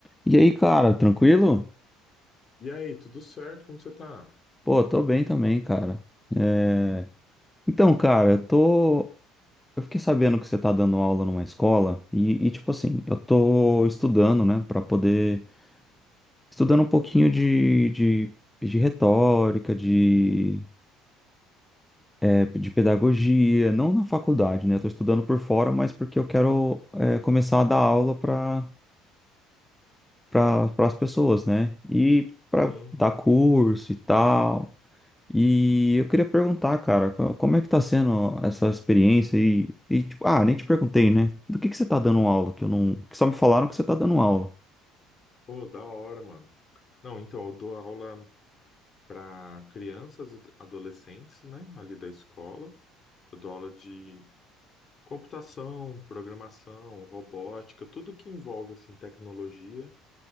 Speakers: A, in the centre; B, on the left (about 35°).
A: E aí, cara, tranquilo?
B: E aí, tudo certo? Como você tá?
A: Pô, tô bem também, cara. É, Então, cara, eu tô. Eu fiquei sabendo que você tá dando aula numa escola e, e, tipo assim, eu tô estudando, né, Pra poder. Estudando um pouquinho de, de, de retórica, de, é, de pedagogia, não na faculdade, né? Eu tô estudando por fora, mas porque eu quero, é, começar a dar aula pra para as pessoas, né? E pra
B: Sim.
A: dar curso e tal. E eu queria perguntar, cara, co- como é que tá sendo essa experiência aí? E, tipo, ah, nem te perguntei, né? Do que que você tá dando aula? Que eu não, que só me falaram que você tá dando aula.
B: Pô, da hora, mano. Não, então, eu dou aula para crianças e adolescentes, né? Ali da escola. Eu dou aula de computação, programação, robótica, tudo que envolve, assim, tecnologia,